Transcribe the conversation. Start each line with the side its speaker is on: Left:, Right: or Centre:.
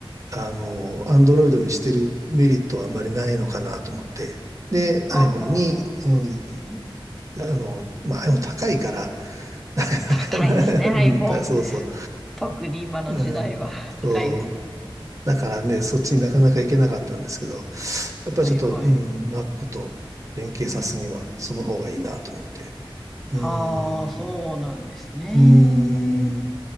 Right: あの、アンドロイドにしてるメリットはあまりないのかなと思って、で、
Centre: ああ、
Right: iPhone に、
Centre: そうなんですね。
Right: うんあの、まあ、でも高いから、<laughs> なかなかな、
Centre: 高いですね、
Right: うんだ
Centre: iPhone。
Right: <laughs> そうそう。
Centre: 特に今の時代は
Right: うん、
Centre: <laughs>
Right: そう。
Centre: 高いです。
Right: だからね、そっちになかなか行けなかったんですけど、やっぱりちょっと、
Centre: はいはい。
Right: うん、Mac と連携さすには、その方がいいなと思って。うん、
Centre: はあ、そうなんですね。
Right: うん、